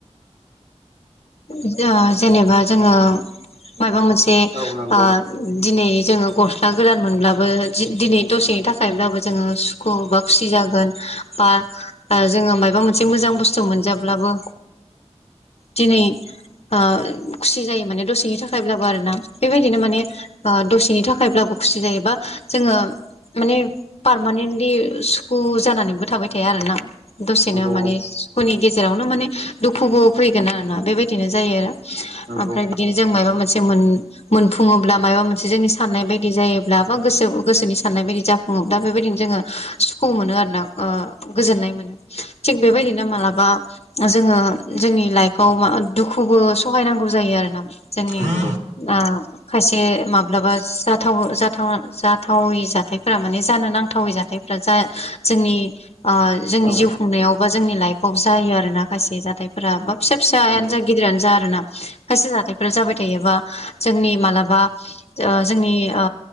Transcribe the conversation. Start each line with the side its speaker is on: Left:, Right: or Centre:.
Left: ओ जेनेबा जोङो माबा मोनसे
Right: औ नंगौ
Left: ओ दिनै जोङो गस्ला गोदान मोनब्लाबो दिनै दसेनि थाखायब्लाबो जोङो सुखु बा खुसि जागोन। बा ओ जोङो मायबा मोनसे मोजां बुस्थु मोनजाब्लाबो दिनै ओ खुसि जायो माने दसेनि थाखायब्लाबो आरोना बेबायदिनो माने ओ दसेनि थाखायब्लाबो खुसि जायोबा जोङो माने पारमानेन्टलि सुखु जानानैबो थाबाय थाया आरो ना। दसेनो
Right: औ
Left: माने सुखुनि गेजेरावनो माने दुखुबो फैगोन आरोना बेबायदि बिदिनो जायो आरो
Right: नंगौ
Left: ओमफ्राय बिदिनो जों माबा मोनसे मोन मोनफुङोब्ला मायबा मोनसे जोंनि साननाय बायदि जायोब्ला बा गोसो गोसोनि साननाय बायदि जा दा बेबायदिनो जोङो सुखुआव मोनो आरोना गोजोननाय मोनो। थिग बेबायदिनो मालाबा जोङो जोंनि लाइफआव दुखुबो सहायनांगौ जायो आरो ना जोंनि
Right: औ
Left: ओ खायसे माब्लाबा जाथावा जाथावै जाथायफोरा माने जानो नांथावै जाथाय जा जोंनि ओ जोंनि
Right: नंगौ
Left: जिउ खुंनायाव बा जोंनि लाइफआवबो जायो आरो माखासे जाथायफोरा बा फिसा फिसा आयानो
Right: नंगौ
Left: जा गिदिरानो जा आरोना खायसे जाथायफोरा जाबाय थायोबा जोंनि मालाबा ओ जोंनि ओ